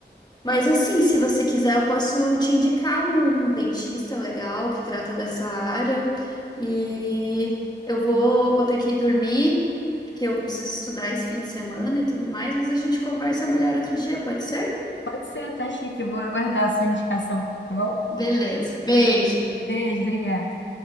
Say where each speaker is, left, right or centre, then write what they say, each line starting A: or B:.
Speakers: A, on the left; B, on the left.
A: Mas, assim, se você quiser, eu posso te indicar um dentista legal que trata dessa área. E eu vou, vou ter que ir dormir, porque eu preciso estudar esse fim de semana e tudo mais, mas a gente conversa melhor outro dia, pode ser?
B: Pode ser, tá chique, eu vou aguardar a sua indicação, tá bom?
A: Beleza. Beijo.
B: Beijo, obrigada.